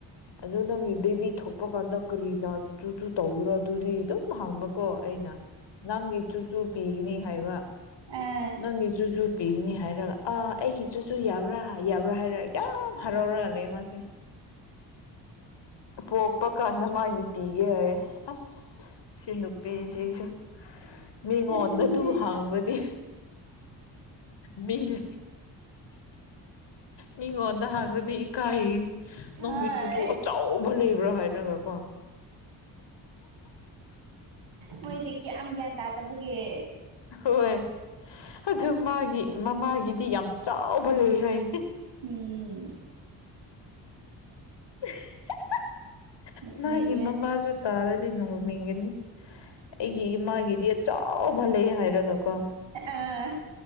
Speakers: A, on the left; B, on the right.
A: ꯑꯗꯨ ꯅꯪꯒꯤ ꯕꯤꯕꯤ ꯊꯣꯛꯄ ꯀꯥꯟꯗ ꯀꯔꯤꯅ ꯆꯨ ꯆꯨ ꯇꯧꯒꯦꯔꯥ ꯑꯗꯨꯗꯤ ꯗꯨꯝ ꯑꯨꯝ ꯍꯪꯕꯀꯣ ꯑꯩꯅ ꯅꯪꯒꯤ ꯆꯨꯆꯨ ꯄꯤꯒꯅꯤ ꯍꯥꯏꯕ
B: ꯑꯥ
A: ꯅꯪꯒꯤ ꯆꯨ ꯆꯨ ꯄꯤꯒꯅꯤ ꯍꯥꯏꯔꯑ ꯑ ꯑꯩꯒꯤ ꯆꯨꯆꯨ ꯌꯥꯕ꯭ꯔꯥ ꯌꯥꯕ꯭ꯔꯥ ꯍꯥꯏꯔ ꯌꯥꯝ ꯍꯔꯥꯎꯔ ꯂꯩꯌꯦ ꯃꯥꯁꯦ ꯄꯣꯛꯄ ꯀꯥꯟꯗ ꯃꯥꯒꯤꯄꯤ ꯌꯦ ꯑꯥꯏꯌꯦ ꯑꯁ ꯁꯤꯅꯨꯄꯤꯁꯤꯁꯨ ꯃꯤꯉꯣꯟꯗ
B: ꯅꯣꯛꯅꯤꯡꯉꯦ
A: ꯑꯗꯨ ꯍꯥꯡꯕꯗꯤ ꯃꯤ ꯂꯩ ꯃꯤꯉꯣꯟꯗ ꯍꯥꯡꯔꯗꯤ ꯏꯀꯥꯏꯌꯦꯅꯤ
B: ꯍꯣꯏ
A: ꯅꯣꯡꯒꯤ ꯆꯨꯆꯨ ꯑꯆꯧꯕ ꯂꯩꯕ꯭ꯔꯥ ꯍꯥꯏꯔꯒ ꯀꯣ
B: ꯃꯣꯏꯗꯤ ꯀꯌꯥꯝ ꯒ꯭ꯌꯥꯟ ꯇꯥꯗꯕꯒꯦ
A: ꯍꯣꯏ ꯑꯗꯨ ꯃꯥꯒꯤ ꯃꯃꯥꯒꯤꯗꯤ ꯌꯥꯝ ꯆꯥꯎꯕ ꯂꯩ ꯍꯥꯏ
B: ꯎꯝ
A: <unintelligible>
B: ꯅꯣꯛꯅꯤꯡꯉꯦ
A: ꯃꯥꯒꯤ ꯃꯃꯥꯁꯨ ꯇꯥꯔꯗꯤ ꯅꯣꯡꯅꯤꯡꯒꯅꯤ ꯑꯩꯒꯤ ꯏꯃꯥꯒꯤꯗꯤ ꯑ ꯆꯥꯎꯕ ꯂꯩ ꯍꯥꯏꯔꯒꯀꯣ
B: ꯑ